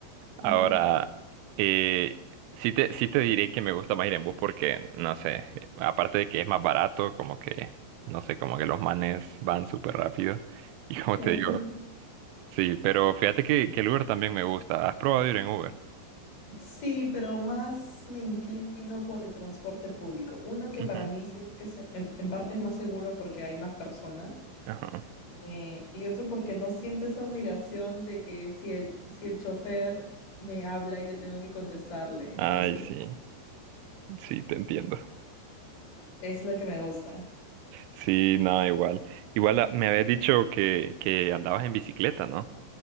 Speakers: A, on the left; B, on the right.
A: ajá.
B: Ahora, eh, sí te, sí te diré que me gusta más ir en bus porque, no sé, aparte de que es más barato, como que, no sé, como que los manes van súper rápido. <laughs> Y como
A: Eh,
B: te digo, sí, pero fíjate que, que el Uber también me gusta. ¿Has probado ir en Uber?
A: Sí, pero más me inclino por el transporte público. Uno que
B: Ujú.
A: para mí siento que es en, en parte es más seguro porque hay más personas.
B: Ajá.
A: Eh, y otro porque no siento esa obligación de que si el, si el chofer me habla, yo tengo que contestarle. Entonces,
B: Ay, sí, sí, te entiendo.
A: esa es la que me gusta.
B: Sí, no, igual. Igual ah, me habías dicho que, que andabas en bicicleta, ¿no?